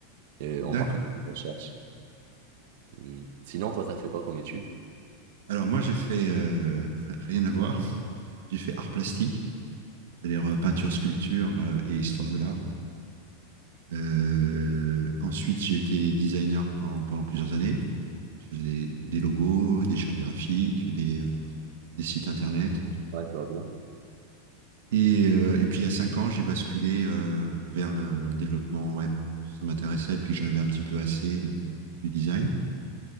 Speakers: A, on the right (about 55°); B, on the right (about 80°).
A: euh, en
B: d'accord.
A: marketing de recherche. Hmm. Sinon, toi, t'as fait quoi comme étude?
B: Alors moi, j'ai fait euh, <laughs> rien à voir. J'ai fait art plastique, c'est-à-dire euh, peinture, sculpture euh, et histoire de l'art. Euh, ensuite, j'ai été designer quand- pendant plusieurs années. Je faisais des, des logos, des chartes graphiques, des, des sites internet.
A: Ouais, je vois bien.
B: Et, euh, et puis, il y a cinq ans, j'ai basculé euh, vers le, le développement web. Ça m'intéressait, et puis j'en avais un petit peu assez de- du design.